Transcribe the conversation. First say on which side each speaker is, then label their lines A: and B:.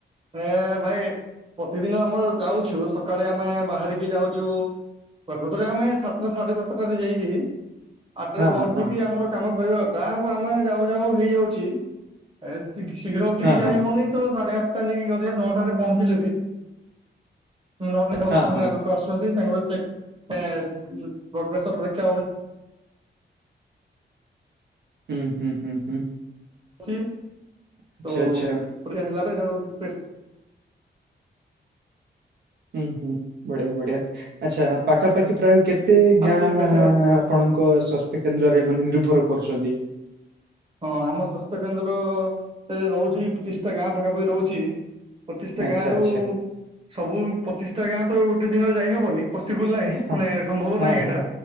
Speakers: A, on the right; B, on the right.
A: ଏ ଭାଇ ପ୍ରତିଦିନ ଆମ ଯାଉଛୁ ସକାଳେ ଆମେ ବାହାରିକି ଯାଉଚୁ ପ୍ରକୃତରେ ଆମେ ସାତଟା ସାଢ଼େ ସାତଟାରେ ଯାଇକି ଆଠରେ
B: ହଁ
A: ପହଞ୍ଚିକି
B: ହଁ ହଁ
A: ଆମର କାମ କରିବା କଥା <unintelligible> ଆମେ ଯାଉ ଯାଉ ହେଇଯାଉଚି ଏ ଶିଘ୍ ଶୀଘ୍ର ଉଠିକି
B: ହଁ
A: ଯାଇ
B: ହଁ
A: ହଉନି ତ ସାଢେ ଆଟଟା ହେଇ <unintelligible> ନଅଟାରେ ପହଞ୍ଚିଲେ ବି ତ
B: ହଁ
A: ମାନେ
B: ହଁ
A: ଲୋକ ଆସୁଚନ୍ତି ତାଙ୍କର ଚେକ୍ କେ ବ୍ଲଡ଼ ପ୍ରେସର ପରୀକ୍ଷା ହଉ
B: ହୁଁ ହୁଁ ହୁଁ ହୁଁ।
A: ହଉଚି ତୋ
B: ଆଚ୍ଛା ଆଚ୍ଛା
A: <unintelligible>
B: ହୁଁ ହୁଁ ବଢିଆ ବଢିଆ ଆଚ୍ଛା ପାଖାପାଖି ପ୍ରାୟ କେତେ
A: ଆସିବେ
B: ଗାଁ-
A: ପେସେଣ୍ଟ
B: ଆପଣଙ୍କ ସ୍ବାସ୍ଥ୍ୟ କେନ୍ଦ୍ରରେ ମାନେ ନିର୍ଭର କରୁଚନ୍ତି।
A: ହଁ ଆମ ସ୍ୱାସ୍ଥ୍ୟ କେନ୍ଦ୍ର ରହୁଚି ପଚିଶଟା ଗାଁ ପାଖାପାଖି ରହୁଚି। ପଚିଶଟା
B: ଆଚ୍ଛା
A: ଗାଁରୁ
B: ଆଚ୍ଛା
A: ସବୁ ପଚିଶଟା ଗାଁ ତ ଗୋଟେ ଦିନରେ ଯାଇହବନି। ପସିବୁଲ ନାହିଁ
B: ହଁ
A: ମାନେ ସମ୍ଭବ ନାହିଁ
B: ହଁ ହଁ।
A: ଏଇଟା